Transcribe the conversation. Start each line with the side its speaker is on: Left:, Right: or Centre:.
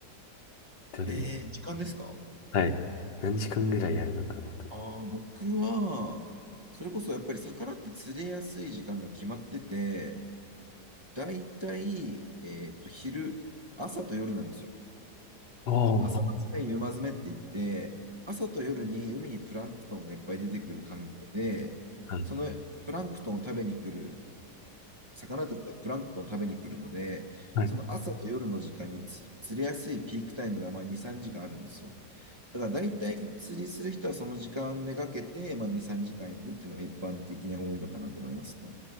Left: どれ、
Right: えー、時間ですか
Left: はい。何時間ぐらいやるのかなと。
Right: ああ、僕は、それこそやっぱり魚って釣れやすい時間が決まってて、だいたい、えっと、昼、朝と夜なんですよ。
Left: あー、
Right: 朝詰め、夕間詰めって言って、朝と夜に海にプランクトンがいっぱい出てくる環境で、
Left: はい、
Right: そのプランクトンを食べに来る魚とかプランクトンを食べに来るので、
Left: はい。
Right: その朝と夜の時間につ釣れやすいピークタイムがまあ2、3時間あるんですよ。だから大体釣りする人はその時間めがけて、まあ、2、3時間行くっていうのが一般的には多いのかなと思いますね。